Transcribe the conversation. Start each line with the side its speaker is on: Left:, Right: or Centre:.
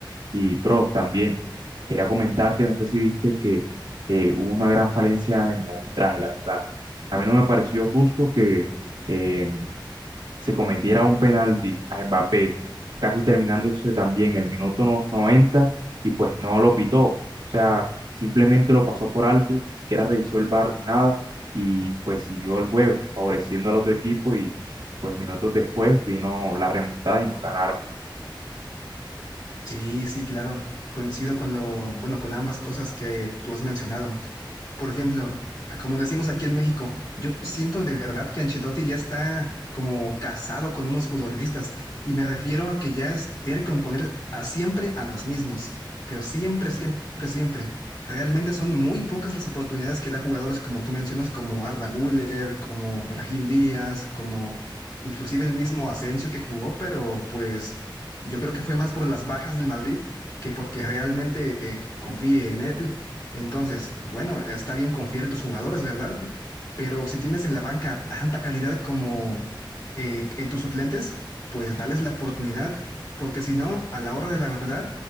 Right: Y, pro también quería comentarte, no sé si viste que eh, hubo una gran falencia en el arbitraje, la verdad. A mí no me pareció justo que... em, se cometiera un penalti a Mbappé, casi terminándose también el minuto no- 90 y pues no lo pitó. O sea, simplemente lo pasó por alto, ni siquiera revisó el VAR ni nada, y pues siguió el juego, favoreciendo al otro equipo, y pues minutos después vino la remontada y nos ganaron.
Left: Sí, sí, claro, coincido con lo, bueno, con ambas cosas que tú has mencionado. Por ejemplo, como decimos aquí en México, yo siento de verdad que Ancelotti ya está como casado con unos futbolistas y me refiero a que ya es terco en poner a- siempre a los mismos, pero siempre, siempre, siempre. Realmente son muy pocas las oportunidades que da jugadores como tú mencionas, como Arda Güler, como Brahim Díaz, como inclusive el mismo Asensio que jugó, pero pues yo creo que fue más por las bajas del Madrid que porque realmente eh, confíe en él. Entonces, bueno, está bien confiar en tus jugadores, ¿verdad? Pero si tienes en la banca tanta calidad como eh, en tus suplentes, pues dales la oportunidad, porque si no, a la hora de la verdad,